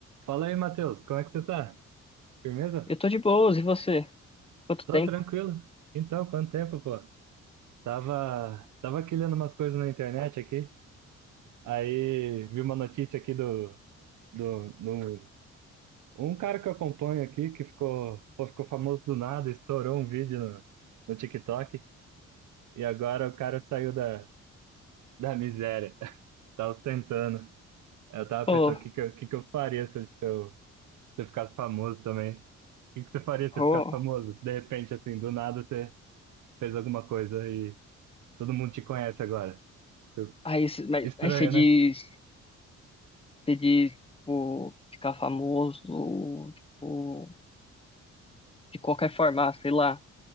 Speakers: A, on the right; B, on the left.
A: Fala aí, Matheus, como é que você tá? Firmeza?
B: Eu tô de boas, e você? Quanto
A: Tô
B: tempo?
A: tranquilo. Então, quanto tempo, pô? Tava, tava quilhando umas coisas na internet aqui, aí vi uma notícia aqui do, do, do- um cara que eu acompanho aqui, que ficou, pô, ficou famoso do nada, estourou um vídeo no, no TikTok, e agora o cara saiu da, da miséria, <laughs> tá ostentando. Eu tava
B: Oh,
A: pensando, o que que eu, que que eu faria se eu, se eu se eu ficasse famoso também? O que que você faria se você
B: oh.
A: ficasse famoso? De repente, assim, do nada, você fez alguma coisa e todo mundo te conhece agora. Eu-
B: Aí, cê- mas-
A: Estranho,
B: aí você diz,
A: né?
B: você diz, tipo, ficar famoso, tipo, de qualquer forma, ah, sei lá.